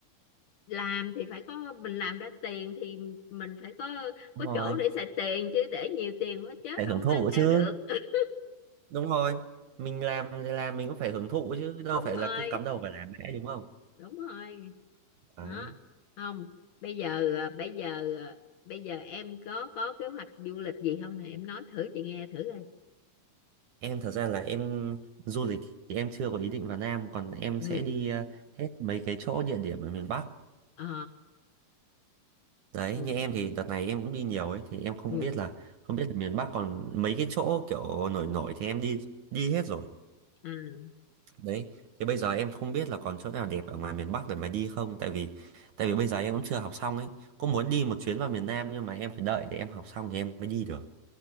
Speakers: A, on the left (about 60°); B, on the right (about 65°).
A: làm thì phải có mình làm ra tiền thì mình phải có
B: Đúng
A: có
B: rồi,
A: chỗ để xài tiền chứ để nhiều tiền quá chết
B: phải
A: đâu
B: hưởng
A: có
B: thụ
A: mang theo
B: chứ.
A: được <laughs>
B: đúng rồi mình làm thì làm mình cũng phải hưởng thụ chứ đâu
A: đúng
B: phải là
A: rồi
B: cứ cắm đầu phải làm mãi đúng không
A: đúng rồi
B: đấy
A: đó không bây giờ à, bây giờ à, bây giờ em có có kế hoạch du lịch gì không nè em nói thử chị nghe thử coi
B: em thật ra là em du lịch thì em chưa có ý định vào Nam còn em
A: ừ
B: sẽ đi ờ, hết mấy cái chỗ địa điểm ở miền Bắc
A: ờ
B: đấy
A: ừ
B: như em thì đợt này em cũng đi nhiều ấy thì em không
A: ừ
B: biết là không biết là miền Bắc còn mấy cái chỗ kiểu nổi nổi thì em đi đi hết rồi
A: à
B: Đấy, thì bây giờ em không biết là còn chỗ nào đẹp ở ngoài miền Bắc để mà đi không tại vì tại vì bây giờ em cũng chưa học xong ấy. Cũng muốn đi một chuyến vào miền Nam nhưng mà em phải đợi để em học xong thì em mới đi được.